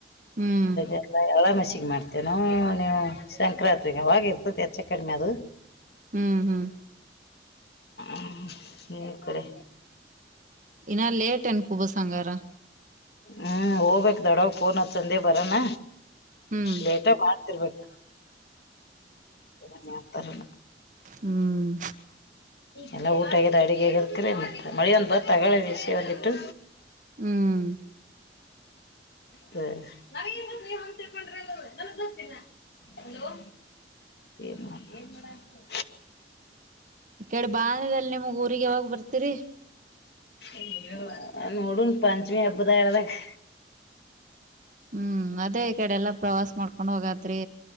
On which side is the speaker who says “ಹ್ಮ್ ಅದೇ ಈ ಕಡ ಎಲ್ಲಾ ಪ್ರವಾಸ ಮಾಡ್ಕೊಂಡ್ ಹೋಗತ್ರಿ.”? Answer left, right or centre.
Right